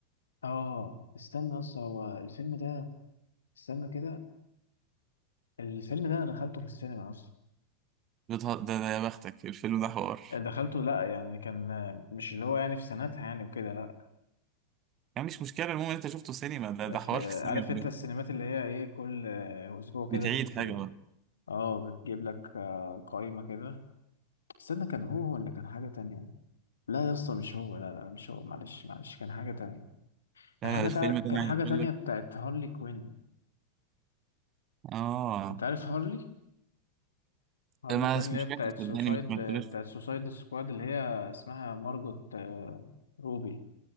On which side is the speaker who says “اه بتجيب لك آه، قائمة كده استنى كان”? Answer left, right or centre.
Left